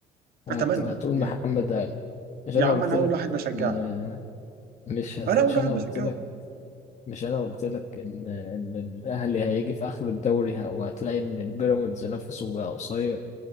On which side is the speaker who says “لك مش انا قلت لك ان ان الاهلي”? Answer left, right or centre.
Left